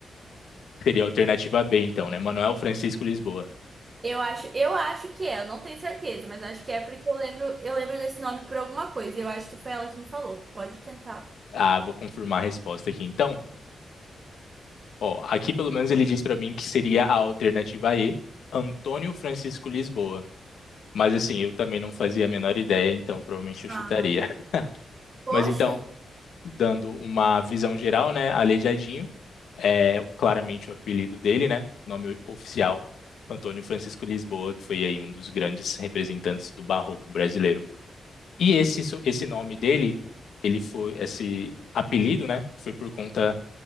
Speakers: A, on the left (about 75°); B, on the right (about 35°).
A: seria a alternativa B, então, né? Manuel Francisco Lisboa.
B: Eu acho, eu acho que é, eu não tenho certeza, mas acho que é porque eu lembro, eu lembro desse nome por alguma coisa. e Eu acho que foi ela que me falou. Pode tentar.
A: Ah, vou confirmar a resposta aqui, então. Ó, aqui pelo menos ele diz para mim que seria a alternativa E, Antônio Francisco Lisboa. Mas assim, eu também não fazia a menor ideia, então provavelmente eu
B: Ah,
A: chutaria.
B: poxa,
A: Mas então, dando uma visão geral, né? Aleijadinho, é claramente o apelido dele, né? Nome oficial, Antônio Francisco Lisboa, que foi aí um dos grandes representantes do barroco brasileiro. E esse so, esse nome dele, ele foi esse apelido, né? Foi por conta